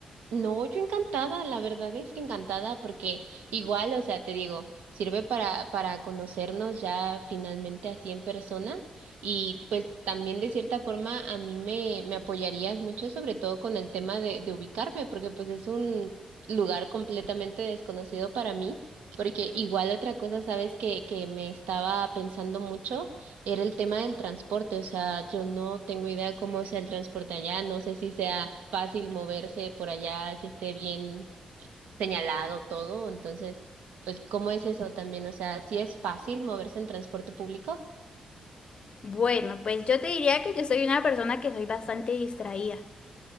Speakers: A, on the right; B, on the left.
A: No, yo encantada, la verdad es que encantada porque igual, o sea, te digo, sirve para para conocernos ya finalmente así en persona y pues también de cierta forma a mí me me apoyarías mucho sobre todo con el tema de de ubicarme porque pues es un lugar completamente desconocido para mí, porque igual otra cosa, sabes que que me estaba pensando mucho era el tema del transporte, o sea, yo no tengo idea cómo sea el transporte allá, no sé si sea fácil moverse por allá, si esté bien señalado todo, entonces, pues, ¿cómo es eso también? O sea, ¿si es fácil moverse en transporte público?
B: Bueno, pues yo te diría que yo soy una persona que soy bastante distraída.